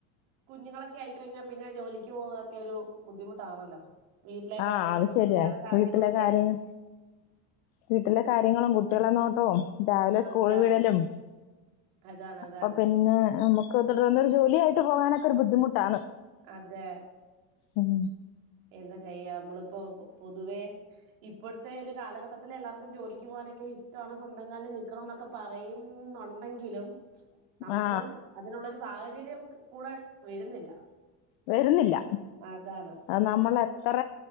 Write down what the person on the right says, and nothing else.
കുഞ്ഞ്ങ്ങളൊക്കെ ആയിക്കഴിഞ്ഞാ പിന്നെ ജോലിക്ക് പോവക്കെരു ബുദ്ധിമുട്ടാണല്ലോ? വീട്ടിലെ
കാര്യങ്ങള്
കുഞ്ഞുങ്ങളുടെ കാര്യങ്ങളൊക്കെ
അ-
അതാണ്
അതാണ്
അതാണ്
അതെ
എന്താ ചെയ്യാ അമ്മളിപ്പോ പൊതുവേ ഇപ്പൊഴത്തെ ഒര് കാലഘട്ടത്തില് എല്ലാർക്കും ജോലിക്ക് പോകാനൊക്കെ ഇഷ്ട്ടവാണ് സ്വന്തം കാലി നിക്കണോന്നൊക്കെ പ പറയുംന്നൊണ്ടങ്കിലും നമുക്ക്
അതിനുള്ളൊര് സാഹചര്യം കൂടെ വരുന്നില്ല
അതാണ്